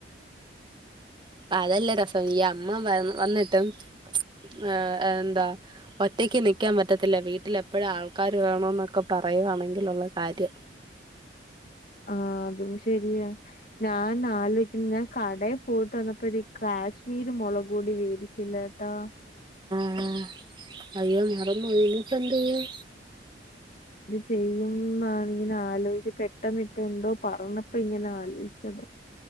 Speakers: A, on the right; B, on the left.
A: അതല്ല രസം ഈ അമ്മ വ വന്നിട്ടും ഏ എന്താ ഒറ്റക്ക് നിക്കാൻ പറ്റത്തില്ല വീട്ടിലെ പ്പാഴ ആൾക്കാർ വേണന്നൊക്കെ പറയുവാണെങ്കിലുള്ള കാര്യം
B: ആ അതും ശരിയാ ഞാൻ ആലോയിക്കുന്നെ ഞാൻ കടയിൽ പോയിട്ട് വന്നപ്പോ ഒരു കാശ്മീരീമുളക്പോടീ കൂടി മേടിച്ചില്ലട്ടാ
A: ആ അയ്യോ മറന്നു പോയി ഇനിയിപ്പം എന്തു ചെയ്യും
B: ചെയ്യും മാണാങ്കിൽ ആലോയ്‌ച്ച് പെട്ടന്ന് ഇപ്പാ എന്തോ പറഞ്ഞപ്പോൾ ഇങ്ങനെ ആലോയിച്ചതാ